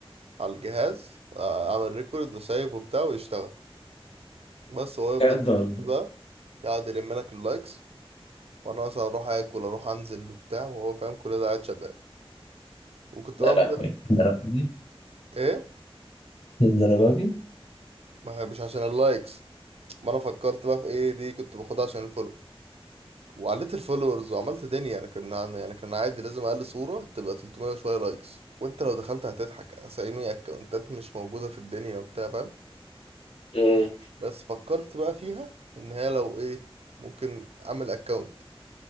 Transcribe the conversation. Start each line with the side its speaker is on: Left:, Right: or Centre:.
Right: على الجهاز آه، اعمل ريكورد وسيف وبتاع ويشتغل بس هو يفضل
Left: يقدر الله
Right: بقى يقعد يلم لك اللايكس وانا مثلا اروح اكل اروح انزل وبتاع وهو فاهم كل ده قاعد شغال وكنت بقى
Left: يا لهوي الدرجة دي
Right: ايه
Left: الدرجة دي
Right: ما هي مش عشان اللايكس ما انا فكرت بقى في ايه دي كنت باخدها عشان الفولو وعليت الفولورز وعملت دنيا انا كان يعني كان عادي لازم اقل صورة تبقى 300 وشوية لايكس وانت لو دخلت هتضحك اسامي اكونتات مش موجودة في الدنيا وبتاع فاهم
Left: امم
Right: بس فكرت بقى فيها ان هي لو ايه ممكن اعمل اكونت